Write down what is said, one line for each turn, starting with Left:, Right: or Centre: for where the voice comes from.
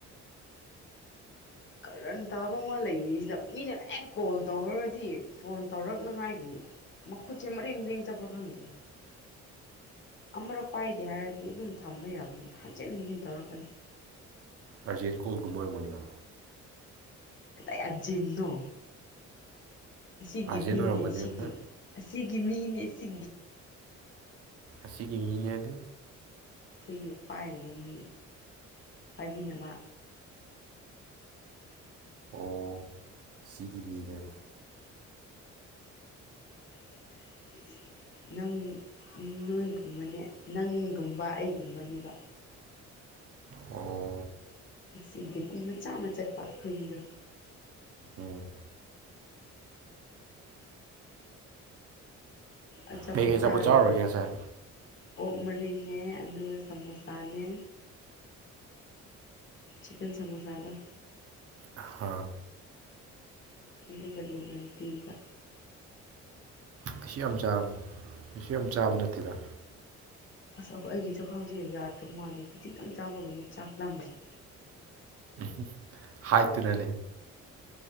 Left: ꯀꯔꯟ ꯇꯥꯕ ꯑꯃ ꯂꯩꯔꯤꯁꯤꯗ ꯃꯤꯅ ꯍꯦꯛ ꯀꯣꯜ ꯇꯧꯈꯗꯤ ꯐꯣꯟ ꯇꯧꯔꯛꯅꯉꯥꯏꯒꯤ ꯃꯈ ꯈꯨꯨꯠꯁꯦ ꯃꯔꯤꯦꯡ ꯃꯔꯤꯡ ꯆꯄ꯭ꯔ ꯈꯪꯗꯦ ꯑꯃꯨꯔꯛ ꯄꯥꯏꯗꯦ ꯍꯥꯏꯔꯗꯤ ꯑꯗꯨꯝ ꯊꯝꯕ ꯌꯥꯕꯅꯤ ꯍꯟꯖꯤꯟ ꯍꯟꯖꯤꯟ ꯇꯧꯔꯛꯀꯅꯤ
Right: ꯑꯔꯖꯦꯟ ꯀꯣꯜꯒꯨꯝꯕ ꯑꯣꯏꯝꯒꯅꯤꯅꯣ
Left: ꯀꯇꯥꯏꯖꯟꯅꯣ ꯑꯁꯤꯒꯤ
Right: ꯑꯥꯔꯖꯦꯟ
Left: ꯃꯤꯅꯦ
Right: ꯑꯣꯏꯔꯝꯒꯅꯤ
Left: ꯁꯤꯒꯤ
Right: ꯍ
Left: ꯑꯁꯤꯒꯤ ꯃꯤꯅꯦ ꯁꯤ
Right: ꯑꯁꯤꯒꯤ ꯃꯤꯅꯦ ꯑꯗꯨ
Left: ꯑꯩꯈꯣꯏꯒꯤ ꯄꯥꯏꯔꯤꯕ ꯃꯤ ꯄꯥꯏꯃꯤꯟꯅꯕ
Right: ꯑꯣ ꯁꯤꯒꯤ ꯃꯤꯔꯦ
Left: <inaudible> ꯅꯪ ꯅꯣꯏꯒꯨꯝꯕꯅꯦ ꯅꯪꯒꯨꯝꯕ ꯑꯩꯒꯨꯝꯕꯅꯦꯕ
Right: ꯑꯣ
Left: ꯁꯤꯗꯇꯤ ꯃꯆꯥ ꯑꯃ ꯆꯠꯄ ꯑꯩꯈꯣꯏꯗꯣ ꯎꯝ
Right: ꯎꯝ
Left: ꯑꯆꯥ
Right: ꯀꯩꯀꯩ
Left: ꯄ
Right: ꯑꯆꯥꯄꯣꯠ
Left: ꯆꯥꯃ
Right: ꯆꯥꯔꯨꯔꯒꯦ ꯉꯁꯥꯏ
Left: ꯑꯣꯛ ꯃꯔꯤꯦ ꯑꯗꯨꯒ ꯁꯃꯣꯁꯥꯅꯦ ꯆꯤꯛꯟ ꯁꯃꯣꯁꯥꯗ
Right: ꯍꯥꯥ
Left: ꯏ ꯀꯜꯂꯤ ꯃꯟꯇꯤꯒ
Right: ꯑꯩꯁꯨ ꯌꯥꯝ ꯏꯁꯨ ꯌꯥꯝ ꯆꯥꯕ ꯅꯠꯇꯦꯗ
Left: ꯑꯁ ꯑꯩꯈ ꯑꯩꯒꯤ ꯆꯥꯛꯈꯥꯎꯁꯦ ꯌꯥꯗ꯭ꯔꯕ ꯃꯥꯜꯜꯂꯤꯦ ꯈꯈꯤꯖꯤꯛꯇꯪ ꯆꯥꯕꯒꯅꯤ ꯆꯥꯛ ꯂꯥꯃꯤꯁꯦ
Right: ꯎ ꯍꯥꯏꯗꯨꯅꯅꯦ